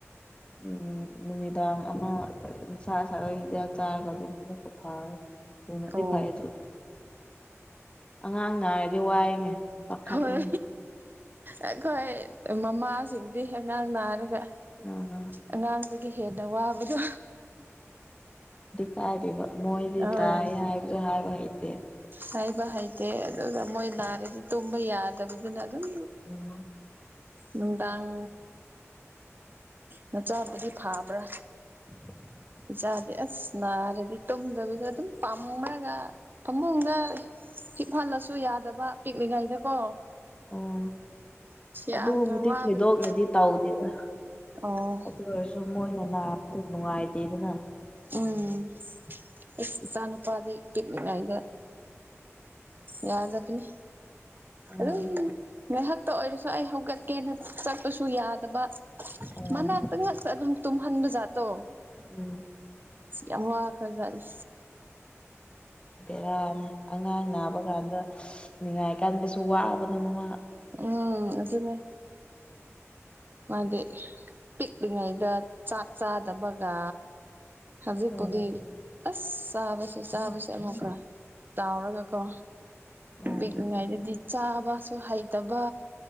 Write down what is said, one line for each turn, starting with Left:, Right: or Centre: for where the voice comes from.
Left: ꯎꯝ ꯅꯨꯃꯤꯗꯥꯡ ꯑꯃ ꯃꯁꯥ ꯍꯤꯗꯥꯛ ꯆꯥꯔꯒ ꯑꯗꯨꯝ ꯐꯋꯦ ꯊꯨꯅꯗꯤ
Right: ꯑꯣ
Left: ꯐꯩ ꯑꯗꯨ ꯑꯉꯥꯡꯅ ꯍꯥꯏꯔꯗꯤ ꯋꯥꯏꯅꯦ ꯄꯥꯈꯠꯂꯤꯅꯦ
Right: ꯍꯣꯏ ꯑꯩꯈꯣꯏ ꯃꯃꯥꯁꯤꯡꯗꯤ ꯑꯉꯥꯡ ꯅꯥꯔꯒ
Left: ꯑꯥ
Right: ꯑꯉꯥꯡꯗꯒꯤ ꯍꯦꯟꯅ ꯋꯥꯕꯗꯣ
Left: ꯇꯥꯏꯔꯤꯕ ꯃꯣꯏꯗꯤ
Right: ꯍꯣꯏ
Left: ꯇꯥꯏ ꯍꯥꯏꯕꯁꯨ ꯍꯥꯏꯕ ꯍꯩꯇꯦ
Right: ꯍꯥꯏꯥꯏꯕ ꯍꯩꯇꯦ ꯑꯗꯨꯒ ꯃꯣꯏ ꯂꯅꯥꯔꯗꯤ ꯇꯨꯝꯕ ꯌꯥꯗꯕꯗꯨꯅ ꯑꯗꯨꯝ
Left: ꯎꯝ
Right: ꯅꯨꯡꯗꯥꯡ ꯅꯆꯥꯕꯨꯗꯤ ꯐꯥꯕ꯭ꯔꯥ
Left: <inaudible>
Right: ꯏꯆꯥꯗꯤ ꯑꯁ ꯅꯥꯔꯗꯤ ꯇꯨꯝꯗꯕꯤꯗ ꯑꯗꯨꯝ ꯄꯥꯝꯃꯣ ꯍꯥꯏꯒ ꯇꯨꯝꯃꯣꯝꯒ ꯍꯤꯞꯍꯜꯂꯁꯨ ꯌꯥꯗꯕ ꯄꯤꯛꯅꯤꯉꯥꯏꯗ ꯀꯣ
Left: ꯑꯣ ꯑꯗꯨꯒꯨꯝꯕꯗꯤ
Right: ꯌꯥꯝꯅ ꯋꯥꯕꯅꯦ
Left: ꯊꯣꯏꯗꯣꯛꯅꯗꯤ ꯇꯧꯗꯦꯗ
Right: ꯑꯣ
Left: ꯑꯗꯨ ꯑꯣꯏꯔꯁꯨ ꯃꯣꯏꯅ ꯅꯥꯞꯇ ꯠꯇꯗꯅ <inaudible>
Right: ꯎꯝ ꯏꯆꯥꯅꯨꯄꯥꯒꯤ ꯄꯤꯛꯂꯤꯉꯩꯗ ꯌꯥꯗꯕꯅꯦ
Left: ꯎꯝ
Right: ꯑꯗꯨꯝ ꯉꯥꯏꯍꯥꯛꯇ ꯑꯣꯏꯔꯁꯨ ꯑꯩ ꯍꯧꯒꯠꯀꯦꯅ ꯆꯠꯄꯁꯨ ꯌꯥꯗꯕ
Left: ꯑꯣ
Right: ꯃꯅꯥꯛꯇ ꯉꯥꯛꯇꯥ ꯑꯗꯨꯝ ꯇꯨꯝꯍꯟꯕꯖꯥꯠꯇꯣ
Left: ꯎꯝ
Right: ꯌꯥꯝ ꯋꯥꯈꯔꯖꯠꯅꯦ
Left: ꯕꯦꯔꯥꯅꯦ ꯑꯉꯥꯡ ꯅꯥꯕ ꯀꯥꯟꯗ ꯅꯤꯉꯥꯏ ꯀꯟꯕꯁꯨ ꯋꯥꯕꯅꯤꯅꯥ ꯃꯃꯥ
Right: ꯎꯝ ꯑꯗꯨꯅꯦ ꯃꯥꯗꯤ ꯄꯤꯛꯂꯤꯉꯩꯗ ꯆꯥꯛ ꯆꯥꯗꯕꯒ ꯍꯧꯖꯤꯛꯄꯨꯗꯤ
Left: ꯎꯝ
Right: ꯑꯁ ꯆꯥꯕ ꯆꯥꯕꯁꯦ ꯑꯃꯨꯛꯀ ꯆꯥꯎꯔꯒꯀꯣ
Left: ꯎꯝ
Right: ꯄꯤꯛꯅꯤꯉꯥꯏꯗꯗꯤ ꯆꯥꯕꯁꯨ ꯍꯩꯇꯕ